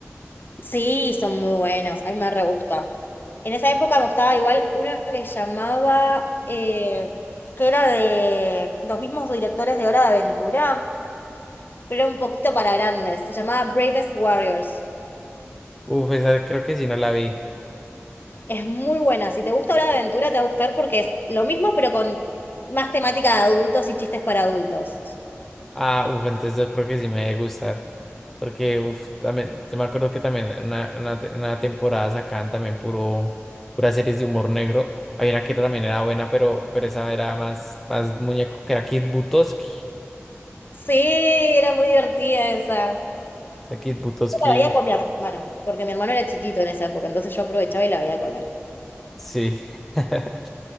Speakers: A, on the left; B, in the centre.
A: Sí, son muy buenos, a mí me re gusta. En esa época me gustaba igual uno que llamaba, eh, que era de los mismos directores de Hora de Aventura, pero era un poquito para grandes. Se llamaba Bravest Warriors.
B: Uf, esa creo que sí no la vi.
A: Es muy buena. Si te gusta Hora de Aventura, te va a gustar porque es lo mismo, pero con más temática de adultos y chistes para adultos.
B: Ah, uf, entonces yo creo que sí me debe gustar, porque uf, también, yo me acuerdo que también en una, en una te- en una temporada sacaban también puro, puras series de humor negro. Había una que también era buena, pero, pero esa era más, más muñeco, que era Kid Buttowski.
A: Sí, era muy divertida esa.
B: O sea, Kid Butowski
A: Yo la veía con mi hermano, porque mi hermano era chiquito en esa época, entonces yo aprovechaba y la veía con él.
B: Sí. <laughs>